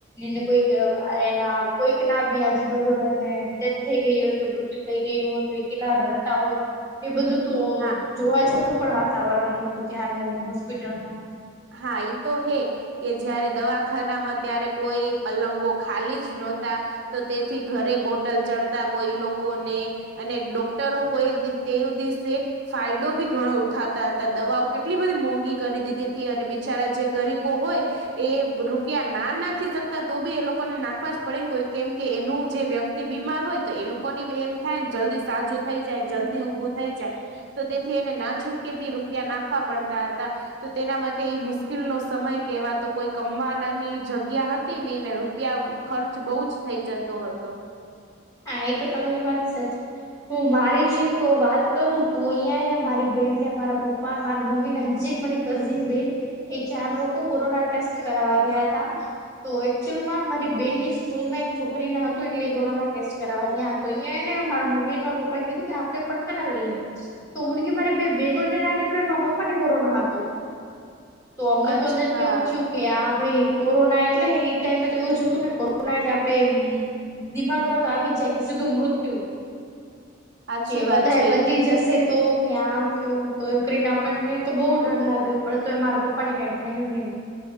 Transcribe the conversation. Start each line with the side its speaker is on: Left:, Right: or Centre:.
Left: એને કોઈક એના કોઈક ના ભી આજુબાજુડા ને ડેથ થઈ ગઈ હોય, કે મૃત્યુ થઈ ગયું હોય તો એ કેટલા રડતા હોય એ બધું તો
Right: હા
Left: જોવા જ, હું પણ વાતાવરણ હતું ત્યારનું હોસ્પિટલમાં,
Right: હા ઈ તો હે કે જયારે દવા ખ ખાનામાં ત્યારે કોઈ પલંગો ખાલી જ નોતા. તો તેથી ઘરે બોટલ ચડતા કોઈ લોકોને અને ડોક્ટરો કોઈ દી તેવ દિવસે ફાયદો બી ઘણો ઉઠાતા અતા દવાઓ કેટલી બધી મોંઘી કરી દીધી તી અને બિચારા જે ગરીબો હોય એ રૂપિયા ના નાખી શકતા તો બી એ લોકોને નાખવા જ પડે કોય કેમકે એનું જે વ્યક તી બીમાર હોય તો એ લોકોની બી એમ થાયને જલ્દી સાજું થઈ જાય જલ્દી ઊભું થઈ જાય તો તેથી એને ના છૂટકે બી રૂપિયા નાખવા પડતા અતા તેના માટે ઇ મુશ્કેલનો સમય કેહવાતો કોઈ કમવાનાની જગ્યા હતી ની ને રૂપિયા ખર્ચ બઉ જ થઈ જતો હતો.
Left: હા એ તો તમારી વાત સાચી હું મારી જ એક વાત કરું તો ઇયા ને મારી બેન ને મારા પપ પા માર મમ્મીને હજી એક મારી કઝિન બેન એ ચાર લોકો કોરોના ટેસ્ટ કરાવા ગયા તા તો એકચુઅલમાં મારી બેનની સ્કૂલમાં એક છોકરીને હતું એટલે એ કોરોના ટેસ્ટ કરાવવા ગયા તો અહિયાં ને મારા મમ્મ ને મા પપ્પા કીધું કે આપે પણ કરાવી લેઈ. તો મુડગી મારી બે બેહેનો ને ના નિકળી યુ મારા પપ્પા ને કોરોના હતો. તો અમને
Right: અચ્છા
Left: તો અંદરથી એવું થીયુ. કે આ ભાઈ કોરોના એટલે એ ટાઈમે તો એવું જ હતું ને કોરોના એટલે આપડે દિમાગમાં તો આવી જ કે સીધું મૃત્યુ.
Right: સાચી
Left: કે વધારે
Right: વાત છે
Left: વધી જશે તોકે આમ કયોમ તો એમ કરીને અમને તો બઉ ડર લાગ્યો પણ તો એ મારા પપ્પા ને કઈક થયું નઈ